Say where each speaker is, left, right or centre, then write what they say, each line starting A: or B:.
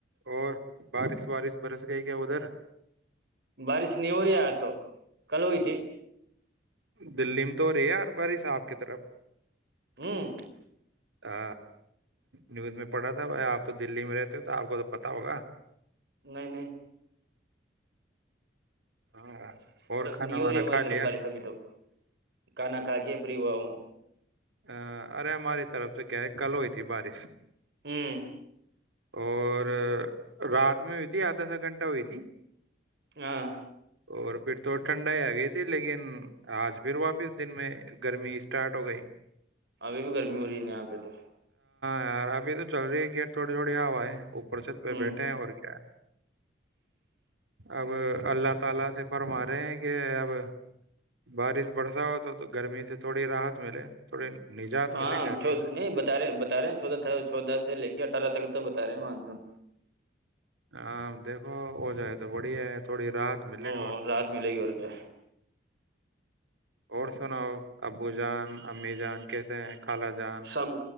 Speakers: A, on the right; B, on the right.
A: اور بارش وارش برس گئی کےاودھر <unintelligible>
B: بارش نہیں ہو رہی اج تو کل ہوئی تھی
A: دلی میں تو ہو رہی ہے یار بارس اپ کی طرف
B: ہوں <unintelligible>
A: ہ نیوز میں پڑھا تھا بھائی آپ تو دلی میں رہتے ہو تو آپ کو تو پتا ہوگا
B: نہیں نہیں
A: ہاں اور کھانا
B: نی ہوی
A: وانا
B: ہماری
A: کھا
B: طرف
A: لیا
B: بارس ابھی تو کانا کھا کے فیری ہوا ہوں
A: ہاں ارے ہماری طرف سے کیا ہے کل ہوئی تھی بارش
B: ہوں <unintelligible>
A: اور رات میں ہوئی تھی آدھا آدھا گھنٹہ ہوئی تھی
B: ہاں
A: اور پھر تو ٹھنڈا ہی آ گئی تھی لیکن آج پھر واپس دن میں گرمی ا سطاط ہو گئی
B: ابھی بھی گرمی ہو رہی ہے یہاں پہ تو
A: اور آپ <unintelligible> ابھی تو چل رہی ہے ک تھوڑی تھوڑی ہوا ہے اوپر سےد پہ
B: ہ
A: بیٹھے ہیں اور کیا ہے اب اللہ سے فرما رہے ہیں کےاب اب بارش <unintelligible> برسا ہو تو تو گرمی سے تھوڑی راحت ملے تھوڑی نجات
B: ہاں
A: ملے گرمی سے
B: نہیں بتا رہے بتا رہے ہیں چودا تھا چودا سے ل یہ اٹھارہ تک تو بتا رہے ہیں مانسون
A: ہاں دیکھو ہو جائے تو بڑی ہے تھوڑی راحت ملے
B: اور رات ملے گی اور کیا
A: اور سناو ابو جان امی جان کیسے ہیں خالاجان
B: سب